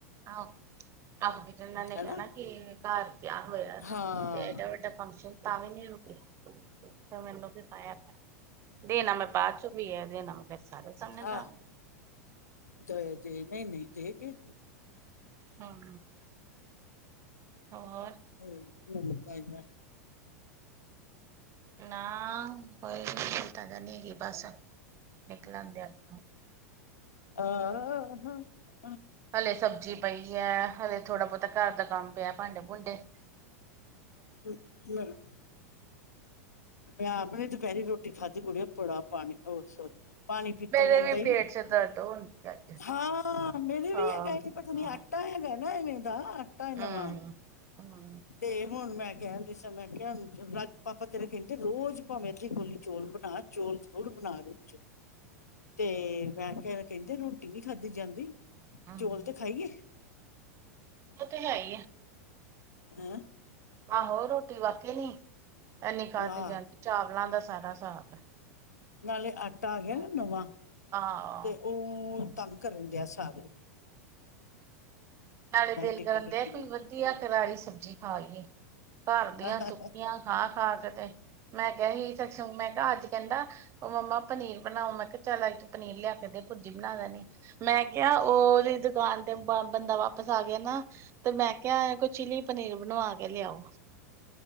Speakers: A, on the right; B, on the left.
A: ਆਹੋ ਆਪ
B: ਹਨਾ
A: ਕਿ ਘਰ ਵਿਆਹ ਹੋਇਆ
B: ਹਾਂ
A: ਤੇ ਏਡਾ ਵੱਡਾ ਫੰਕਸ਼ਨ ਤਾਂ ਵੀ ਨਹੀਂ ਰੁਕੇ ਤੇ ਮੈਨੂੰ ਕੀ ਫਾਯਾ ਪਿਆ ਦੇਣਾ ਮੈ ਬਾਅਦ ਚੋ ਵੀ ਹੈ। <unintelligible> ਦਾਂਗੀ
B: ਆਹ ਦੇ ਦੇ ਨਹੀਂ ਨਹੀਂ ਦੇ ਕੇ
A: ਹਾਂ- ਹੋਰ?
B: <unintelligible>
A: ਨਾ ਕੋਈ ਚਿਤਾਂ ਹੈਗੀ ਬਸ ਨਿਕਲਣ ਦੇ ਆਪਾ-
B: ਆਹ ਹਾਂ-
A: ਹਲੇ ਸਬਜ਼ੀ ਪਈ ਐ। ਹਲੇ ਥੋੜਾ ਬਹੁਤਾ ਘਰ ਦਾ ਕੰਮ ਪਿਆ ਭਾਂਡੇ ਭੂੰਡੇ ਹ
B: <unintelligible> ਆਪ ਆਪਣੀ ਦੁਪਹਿਰੀ ਰੋਟੀ- ਟੀ ਖਾਧੀ ਕੁੜੀਆਂ ਬੜਾ ਪਾਣੀ ਉਸਰ- ਪਾਣੀ ਪੀਤਾ
A: ਮੇਰੇ
B: ਜਾਂਦਾ
A: ਵੀ
B: ਹੀ
A: ਪੇਟ ਚ ਦਰਦ ਹੁੰਦੀ ਅੱਜ
B: ਹਾਂ ਮੇਰੇ ਵੀ
A: ਹਾਂ
B: ਹੈਗਾ ਪਤਾਨੀ
A: ਹਮ
B: ਆਟਾ ਹੈਗਾ। <unintelligible> ਟਾ ਏ
A: ਹਮ
B: ਨਵਾ-
A: <inaudible>
B: ਤੇ ਹੁਣ ਮੈਂ ਕਿਹਾ ਜਿਸਤਰਾ ਮੈਂ ਕਿਹਾ ਪਾਪਾ ਤੇਰੇ ਕਹਿੰਦੇ ਰੋਜ਼ ਭਾਵੇਂ ਅੱਧੀ ਕੋੋਲੀ ਚੌਲ ਬਣਾ ਚੋਲ ਜਰੂਰ ਬਣਾ ਰੋਜ- ਤੇ ਮੈਂ ਕਿਹਾ ਕਹਿੰਦੇ ਰੋਟੀ ਨੀ ਖਾਧੀ ਜਾਂਦੀ।
A: ਹਮ
B: ਚੋਲ ਤੇ ਖਾਈਏ-
A: ਉਹ ਤੇ ਹੈ ਹੀ ਹੈ।
B: ਹੂੰ।
A: ਆਹੋ ਰੋਟੀ ਵਾਕੇ ਨੀ- ਇਨੀ ਖਾਧਦੀ
B: ਹਾਂ
A: ਜਾਂਦੀ ਚਾਵਲਾਂ ਦਾ ਸਾਰਾ ਹਿਸਾਬ-
B: ਨਾਲੇ ਅੱ- ਟਾ
A: ਹੈ
B: ਗਿਆ ਨਵਾਂ
A: ਆਹੋ
B: ਤੇ ਉਹ- ਤੰਗ ਕਰਨ ਡਿਆ ਸਾਰੇ
A: ਨਾਲੇ ਦਿਲ
B: ਟਿੱਕ
A: ਕਰਨ
B: ਟਿੱਕੀ
A: ਦੇ ਕੋਈ ਵਧੀਆ ਕਰਾਲੀ ਸਬਜ਼ੀ ਖਾ ਲਈਏ ਘਰ ਦੀਆਂ
B: ਅ
A: ਸੁੱਕੀਆਂ ਖਾ-ਖਾ ਕਦੇ- ਮੈਂ ਕਿਹਾ ਹੀ ਸੋਂ ਮੈਂ ਕਿਹਾ ਅੱਜ ਕਹਿੰਦਾ ਉਹ ਮੰਮਾ ਪਨੀਰ ਬਣਾਉ ਮੈ ਕ ਚੱਲ ਤੂੰ ਪਨੀਰ ਲਿਆ ਕੇ ਦੇ ਪੁਰਜੀ ਬਣਾ ਦੇਣੀ ਮੈਂ ਕਿਹਾ ਉਹਦੀ ਦੁਕਾਨ <unintelligible> ਸ ਆਗੇ ਨਾ ਤੇ ਮੈਂ ਕ ਕੋਈ ਚਿਲੀ ਪਨੀਰ ਬਣਵਾ ਕੇ ਲਿਆਓ